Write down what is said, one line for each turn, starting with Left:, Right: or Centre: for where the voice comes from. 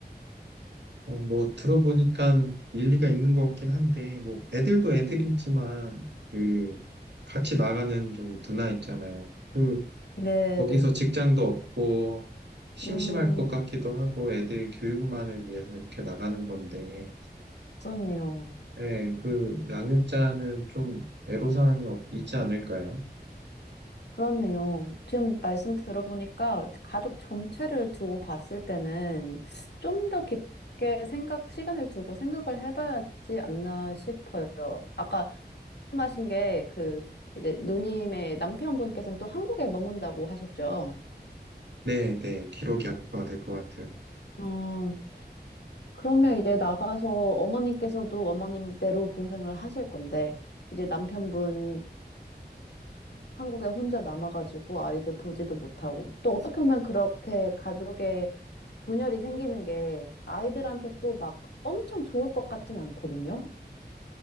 Right: 어, 뭐 들어보니까 일리가 있는 것 같긴 한데 뭐 애들도 애들이지만 그 같이 나가는 저희 누나 있잖아요. 그
Left: 네네.
Right: 거기서 직장도 없고 심심할
Left: 음,
Right: 것 같기도 하고 애들 교육만을 위해서 이렇게 나가는 건데
Left: 그렇네요.
Right: 네, 그 양육자는 좀 애로사항이 없- 있지 않을까요?
Left: 그렇네요. 지금 말씀 들어보니까 가족 전체를 두고 봤을 때는 좀 더 깊게 생각, 시간을 두고 생각을 해봐야지 않나 싶어요. 아까 말씀하신 게 그 이제 누님의 남편분께서는 또 한국에 머문다고 하셨죠.
Right: 네, 네, 기록이 악화가 될 것 같아요.
Left: 어, 그러면 이제 나가서 어머님께서도 어머님대로 고생을 하실 건데, 이제 남편분께서도 한국에 혼자 남아가지고 아이들 보지도 못하고, 또 어떻게 보면 그렇게 가족의 분열이 생기는 게 아이들한테 또 막 엄청 좋을 것 같진 않거든요?